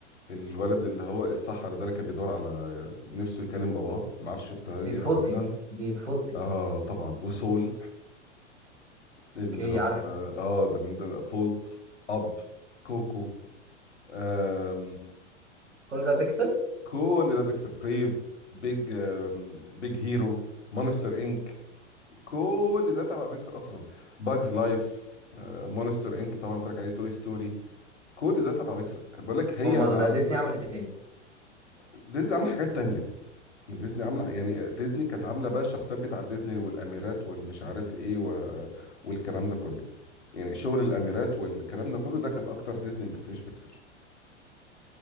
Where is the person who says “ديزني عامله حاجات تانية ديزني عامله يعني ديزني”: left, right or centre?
Left